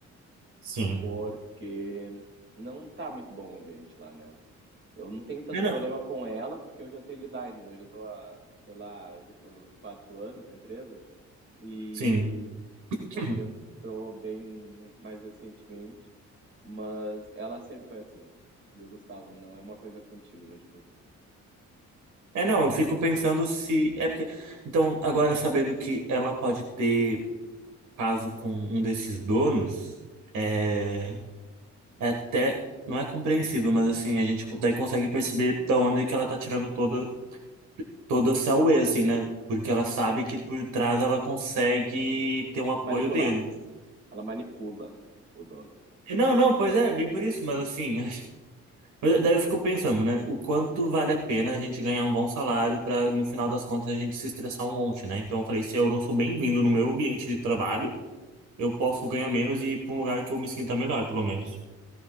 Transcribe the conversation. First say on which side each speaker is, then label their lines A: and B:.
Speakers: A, on the right (about 75°); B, on the right (about 40°).
A: Sim.
B: porque não tá muito bom o ambiente lá, né? Eu não tenho tanto
A: É, não.
B: problema com ela, porque eu já sei lidar, entendeu? Eu já tô há, sei lá, eu já tô quatro anos na empresa e,
A: Sim.
B: e
A: <clears throat>
B: você entrou bem mais recentemente, mas ela sempre foi assim, viu, Gustavo? Não é uma coisa contigo, não te preocupa.
A: É, não, eu fico pensando se. É porque. Então, agora sabendo que ela pode ter caso com um desses donos, é. é até não é compreensível, mas assim, a gente co- daí consegue perceber da onde que ela tá tirando toda toda essa whey, assim, né? Porque ela sabe que por trás ela consegue ter um apoio
B: Manipular.
A: dele.
B: Ela manipula o dono
A: E Não,
B: da
A: não,
B: empresa.
A: pois é, bem por isso, mas assim, <laughs> mas daí eu fico pensando, né? O quanto vale a pena a gente ganhar um bom salário para no final das contas a gente se estressar um monte, né? Então eu falei, se eu não sou bem-vindo no meu ambiente de trabalho, eu posso ganhar menos e ir para um lugar que eu me sinta melhor, pelo menos.